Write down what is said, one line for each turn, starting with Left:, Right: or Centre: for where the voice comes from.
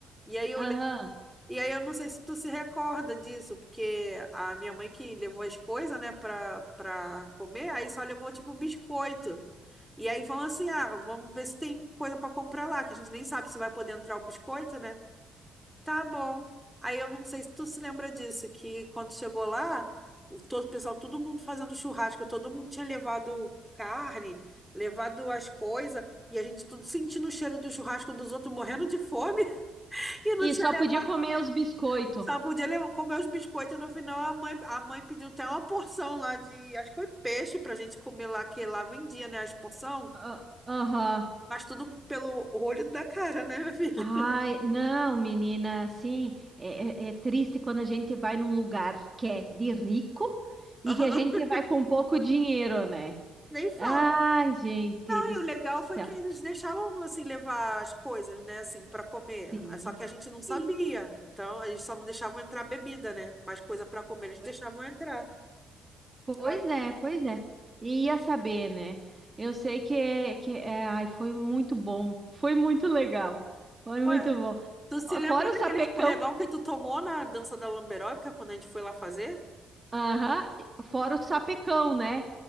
Centre: E aí eu,
Right: Aham.
Centre: le- e aí eu não sei se tu se recorda disso, porque a minha mãe que levou as coisas, né, pra, pra comer, aí só levou tipo um biscoito. E aí falando assim, ah, vamos ver se tem coisa para comprar lá, que a gente nem sabe se vai poder entrar o biscoito, né? Tá bom. Aí eu não sei se tu se lembra disso, que quando chegou lá, o todo, o pessoal, todo mundo fazendo churrasco, todo mundo tinha levado carne, levado as coisas, e a gente tudo sentindo o cheiro do churrasco dos outros, morrendo de fome, <laughs> e não
Right: E
Centre: tinha
Right: só
Centre: levado,
Right: podia comer os biscoitos.
Centre: só podia levar, comer os biscoitos. E no final, a mãe, a mãe pediu até uma porção lá de, acho que foi peixe pra gente comer lá, que lá vendia, né, as porção,
Right: Ah, Aham.
Centre: mas tudo pelo olho da cara, né, minha filha?
Right: Ai, não, menina, assim, é, é- é triste quando a gente vai num lugar que é de rico e
Centre: <laughs>
Right: que a gente vai com pouco dinheiro, né?
Centre: Nem fala.
Right: Ai, gente
Centre: E
Right: do céu.
Centre: o legal foi que eles deixavam assim levar as coisas, né, assim, para comer.
Right: Sim,
Centre: Ah, Só que a gente não sabia.
Right: sim,
Centre: Então, eles só não deixavam entrar bebida, né? Mas coisa para comer eles
Right: pois,
Centre: deixavam entrar.
Right: pois
Centre: Aí,
Right: é, pois é. E ia saber, né? Eu sei que, é, que é, ai, foi muito bom, foi muito legal, foi muito
Centre: ué,
Right: bom.
Centre: tu se lembra
Right: Fora o
Centre: daquele
Right: sapecão
Centre: escorregão que tu tomou na dança da lamberóbica quando a gente foi lá fazer?
Right: Aham, Fora o sapecão, né?